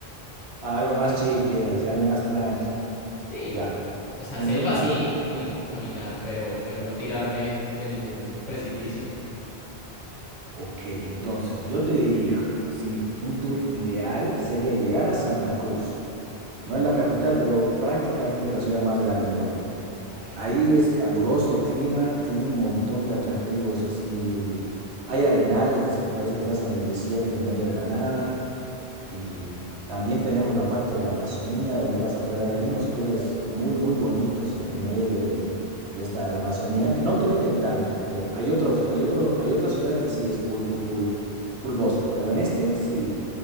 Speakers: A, on the right (about 85°); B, on the left (about 45°).
A: Ah, algo más chill quieres, y algo más tranqui.
B: Sí,
A: Ya.
B: o sea,
A: Entonces,
B: selva sí, rico caminar, pero, pero no tirarme de ningún precipicio.
A: Ok, entonces yo te diría, así, un tour ideal sería llegar a Santa Cruz. No es la capital,
B: Ok.
A: pero prácticamente es la ciudad más grande en Bolivia.
B: Ok.
A: Ahí es caluroso el clima, tiene un montón de atractivos así. Hay arenales, así que parece que estás en el desierto en medio de la
B: Oh,
A: nada.
B: ¿en serio?
A: Y también tenemos la parte de la Amazonía, donde vas a poder, hay unos tours muy, muy bonitos en, en medio del, de esta, la Amazonía, que no te meten tanto, porque hay otros, hay otro, hay otra ciudad
B: Ujú.
A: que sí es full, full, full, full bosque, pero en este sí,